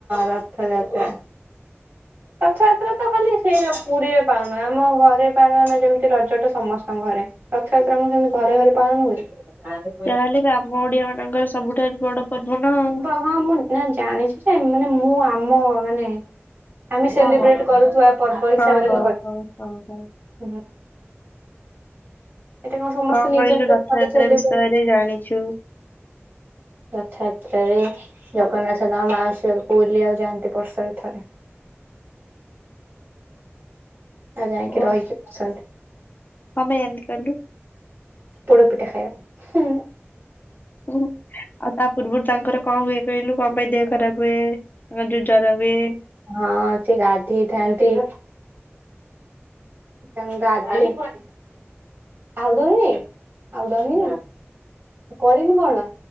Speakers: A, on the right; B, on the left.
A: ରଥଯାତ୍ରା। ରଥଯାତ୍ରା ତ ଖାଲି ସେଇ ପୁରୀରେ ପାଳନ। ଆମ ଘରେ ପାଳନ ଯେମିତି ରଜଟା ସମସ୍ତଙ୍କ ଘରେ। ରଥଯାତ୍ରା ମୁ ସେମିତି ଘରେ ଘରେ ପାଳନ ହୁଏ <inaudible>
B: ଯାହାହେଲେ ବି ଆମ ଓଡିଆ ମାନଙ୍କର ସବୁଠାରୁ ବଡ ପର୍ବ ନା ଉ।
A: ହଁ, ମୁଁ ନା ଜାଣିଛି ଯେ। ମାନେ ମୁଁ ଆମ ମାନେ ଆମେ ସେଲିବ୍ରେଟ
B: ଆଉ
A: କରୁଥିବା ପର୍ବ ହିସାବରେ
B: ହଁ ହଁ ହଁ ହଁ ହଁ ହଁ ହଁ
A: ଘରେ। ଏଇଟା ସମସ୍ତେ
B: କଣ
A: ନିଜ
B: କହିଲୁ
A: ନିଜ
B: ରଥଯାତ୍ରା
A: ଘରେ ସେଲିବ୍ରେଟ
B: ବିଷୟରେ ଜାଣିଛୁ?
A: ରଥଯାତ୍ରାରେ ଜଗନ୍ନାଥ ତାଙ୍କ ମାଉସୀଘରକୁ ବୁଲିିବାକୁ ଯାଆନ୍ତି ବର୍ଷରେ ଥରେ। ଆଉ ଯାଇକି
B: ଓ
A: ରହିକି ଆସନ୍ତି
B: କଣ ପାଇଁ ଏମିତି କହିଲୁ
A: ପୋଡ଼ପିଠା ଖାଇଆକୁ ହୁଁ।
B: ହୁଁ, ଆଉ ତା ପୂର୍ବରୁ ତାଙ୍କର କଣ ହୁଏ କହିଲୁ କଣ ପାଇଁ ଦେହ ଖରାପ ହୁଏ। ତାଙ୍କର ଯୋ ଜ୍ୱର ହୁଏ।
A: ହଁ ସେ ଗାଧେଇଥାନ୍ତି। ତାଙ୍ଗା <unintelligible> ଆଉଦହଁ ଆଉ ଦ ହି କରିମି କଣ